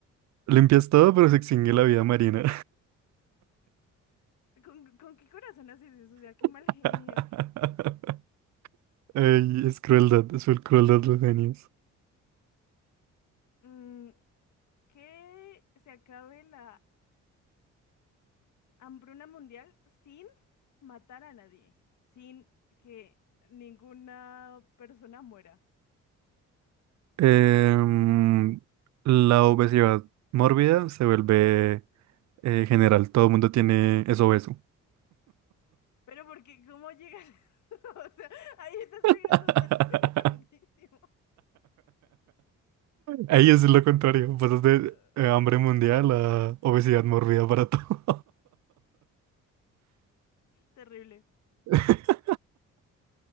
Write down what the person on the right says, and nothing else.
limpias todo, pero se extingue la vida marina.
<laughs>
Ey, es crueldad, es full crueldad los genios.
Em, la obesidad mórbida se vuelve eh, general, todo el mundo tiene es obeso.
<laughs>
Ahí es lo contrario, pasas de
eh, hambre mundial a obesidad mórbida para todo.
<laughs>